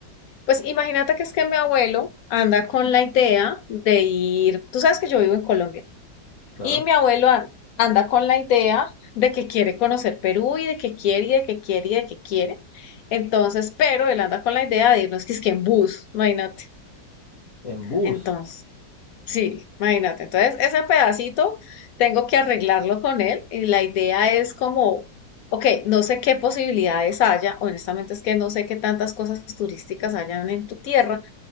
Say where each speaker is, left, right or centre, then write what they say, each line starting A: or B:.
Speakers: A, on the left; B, on the left.
A: Pues imagínate que es que mi abuelo anda con la idea de ir, tú sabes que yo vivo en Colombia.
B: Claro.
A: Y mi abuelo a- anda con la idea de que quiere conocer Perú y de que quiere y de que quiere y de que quiere. Entonces, pero él anda con la idea de irnos que es que en bus, imagínate.
B: En bus.
A: Entonces, sí, imagínate. Entonces, ese pedacito tengo que arreglarlo con él y la idea es como, ok, no sé qué posibilidades haya, honestamente es que no sé qué tantas cosas turísticas hayan en tu tierra,